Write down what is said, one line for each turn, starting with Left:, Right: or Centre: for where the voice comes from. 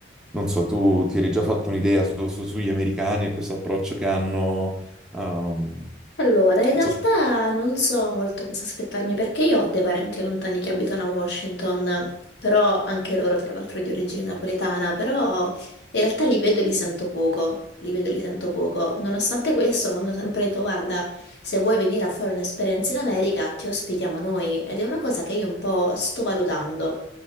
Centre: Non so, tu ti eri già fatto un'idea su- su- sugli americani e questo approccio che hanno, ehm,
Left: Allora, in
Centre: insomma.
Left: realtà non so molto cosa aspettarmi perché io ho dei parenti lontani che abitano a Washington, però anche loro tra l'altro di origine napoletana, però in realtà li vedo e li sento poco, li vedo e li sento poco. Nonostante questo mi hanno sempre detto, guarda, se vuoi venire a fare un'esperienza in America ti ospitiamo noi ed è una cosa che io un po' sto valutando.